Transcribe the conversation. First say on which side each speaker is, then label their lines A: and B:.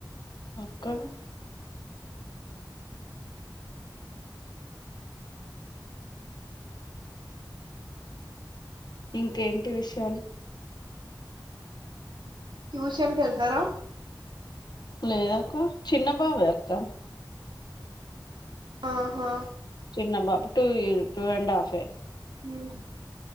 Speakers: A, on the left; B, on the right.
A: అక్కా ఇంకేంటి విషయాలు
B: ట్యూషన్ కెళ్తారా
A: లేదక్క చిన్న బావే అక్క
B: ఆహా.
A: చిన్న బాబే టూ ఇయ టూ అండ్ హాఫే.
B: ఉమ్.